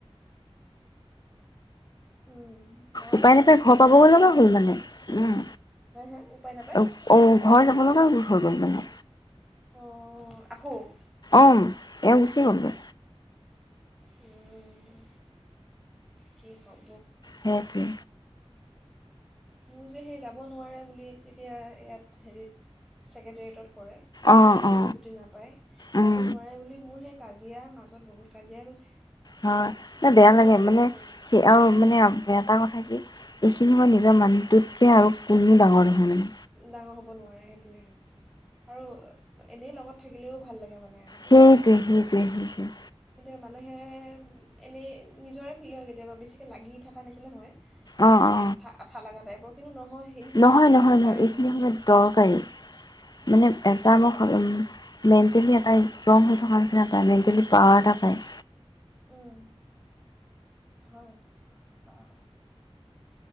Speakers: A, in the centre; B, on the left (about 40°).
A: উম। হয়
B: উপায়
A: হয়
B: নাপায় ঘৰ
A: বিভিন্ন
B: পাবগে
A: কথাত
B: লগা
A: বেয়া
B: হ'ল
A: লাগে
B: মানে। উম
A: হে হে উপায় নাপায়
B: অ ঘৰ যাব লগা হৈ গ'ল মানে
A: অঁ আকৌ?
B: অম এওঁ গুচি গ'লগে।
A: উম কি ক'ম?
B: হেপ্পী।
A: মোৰ যে সেই যাব নোৱাৰে বুলি এতিয়া ইয়াত হেৰিত ছেক্ৰেটেৰিটত কৰে। পটকে
B: অ
A: চুটি
B: অ
A: তুটি নাপায়।
B: উম
A: যাব নোৱাৰে বুলি মোৰ সেই কাজিয়াৰ মাজত বহুত কাজিয়া গৈছে।
B: হয়। নে
A: সেইসোপাতে
B: বেয়া লাগে মানে
A: গৈছে
B: স আৰু মানে এটা কথা কি এইখিনি মই নিজৰ মানোহটোতকে আৰু কোনোও ডাঙৰ নহয়।
A: ডাঙৰ হ'ব নোৱাৰে সেইটোৱে। আৰু অ এনেই লগত থাকিলেও ভাল লাগে মানে আৰু
B: সেইটোৱেই সেইটোৱেই সেইটোৱেই।
A: এতিয়া মানুহে এনেই নিজৰে ফিলিং হয় কেতিয়াবা, বেছিকৈ লাগি থাকাৰ নিচিনা হয়।
B: অ
A: মানে
B: অ
A: আঠা আঠা লগা টাইপৰ কিন্তু নহয় সেইখিনি সময়ত
B: নহয় নহয়
A: বিচাৰে
B: নহয় এইখিনি
A: মানুহে
B: সময়ত দৰকাৰী। মানে এটা ম মেণ্টেলি এটা ষ্ট্ৰং হৈ থকাৰ নিচিনা পায়, মেণ্টেলি পাৱাৰ এটা পায়।
A: উম, হয়। সঁচা কথা।